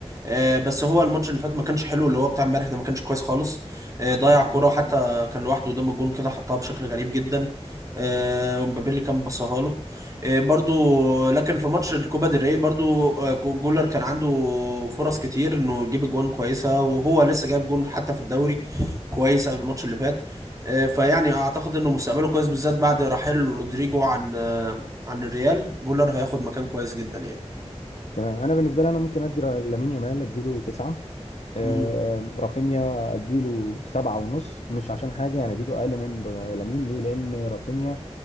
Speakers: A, on the right (about 30°); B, on the left (about 80°).
A: آه، بس هو الماتش اللي فات ما كانش حلو اللي هو بتاع امبارح ده ما كانش كويس خالص آه، ضيع كرة حتى كان لوحده قدام الجون كده حطها بشكل غريب جدا آه، ومبابي كان بصاها له آه، برضو لكن في ماتش الكوبا ديل ري برضو آه، جولر كان عنده فرص كتير انه يجيب جوان كويسة وهو لسه جايب جون حتى في الدوري كويسة في الماتش اللي فات آه، فيعني اعتقد انه مستقبله كويس بالذات بعد رحيل رودريجو عن آه، عن الريال جولر هياخد مكان كويس جدا يعني
B: تمام انا بالنسبه لي انا ممكن ادي را- لامين يامال اديله 9 آه،
A: مم.
B: رافينيا اديله سبعة ونص مش عشان حاجه يعني اديته اقل من ر- لامين ليه لان رافينيا